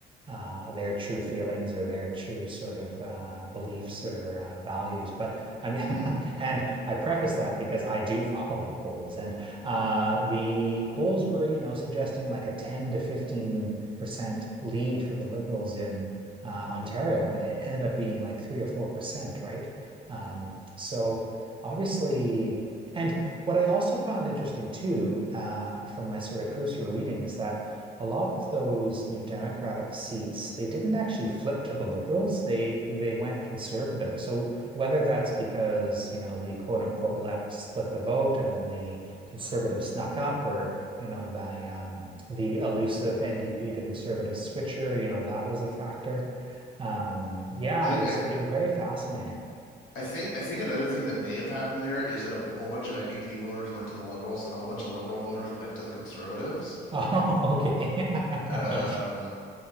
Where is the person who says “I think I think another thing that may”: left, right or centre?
Left